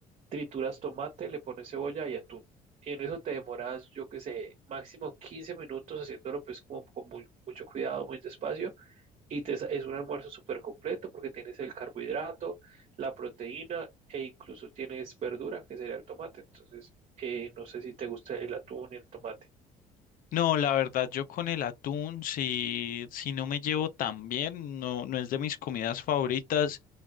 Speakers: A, on the right; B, on the left.
A: trituras tomate, le pones cebolla y atún. Y en eso te demoras, yo qué sé, máximo 15 minutos haciéndolo pues como con muy- mucho cuidado, muy despacio. Y te, sa- es un almuerzo súper completo porque tienes el carbohidrato, la proteína e incluso tienes verdura, que sería el tomate. Entonces, eh, no sé si te gusta el atún y el tomate.
B: No, la verdad, yo con el atún, si, si no me llevo tan bien, no, no es de mis comidas favoritas.